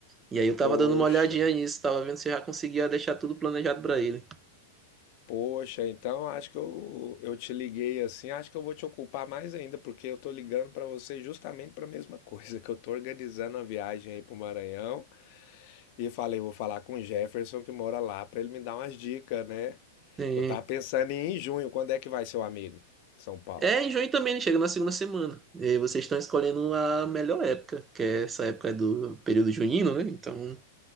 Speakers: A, on the right (about 20°); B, on the left (about 55°).
A: E aí eu tava
B: poxa,
A: dando uma olhadinha nisso, tava vendo se eu já conseguia deixar tudo planejado pra ele.
B: poxa, então acho que eu, eu te liguei assim, acho que eu vou te ocupar mais ainda, porque eu tô ligando pra você justamente pra mesma <laughs> coisa, que eu tô organizando a viagem aí pro Maranhão e falei, vou falar com o Jefferson que mora lá pra ele me dar umas dicas, né?
A: E-
B: Eu tava pensando em ir em junho, quando é que vai seu amigo? São Paulo.
A: É, em junho também, ele chega na segunda semana. E aí vocês estão escolhendo a melhor época, que é essa época do período junino, né? Então,